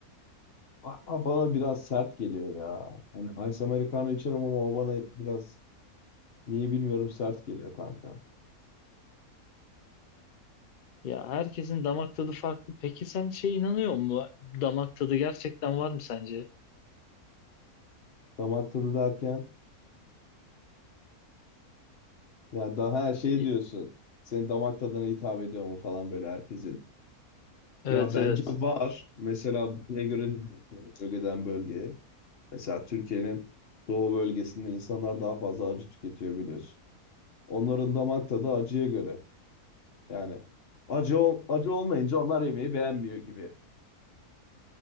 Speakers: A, on the left (about 45°); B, on the left (about 75°).
A: Ama bana biraz sert geliyor ya. Hani Ice Americano içerim ama o bana biraz niye bilmiyorum sert geliyor kanka.
B: Ya herkesin damak tadı farklı. Peki sen şey inanıyor musun? Damak tadı gerçekten var mı sence?
A: Damak tadı derken ya daha her şey
B: İ-
A: diyorsun. Senin damak tadına hitap ediyor mu falan böyle herkesin.
B: Evet
A: Ya bence
B: evet.
A: var. Mesela buraya göre de bölgeden bölgeye. Mesela Türkiye'nin doğu bölgesinde insanlar daha fazla acı tüketiyor biliyorsun. Onların damak tadı acıya göre. Yani acı ol- acı olmayınca onlar yemeği beğenmiyor gibi.